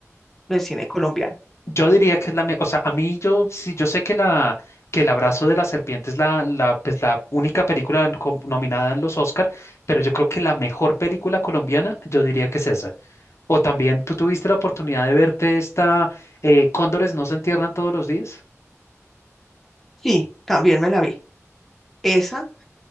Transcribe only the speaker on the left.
Yo diría que es la, me- o sea, a mí yo, sí, yo sé que la, que el abrazo de la serpiente es la, la, pues, la única película com- nominada en los Oscar, pero yo creo que la mejor película colombiana, yo diría que es esa. O también tú tuviste la oportunidad de verte esta eh, Cóndores no se entierran todos los días.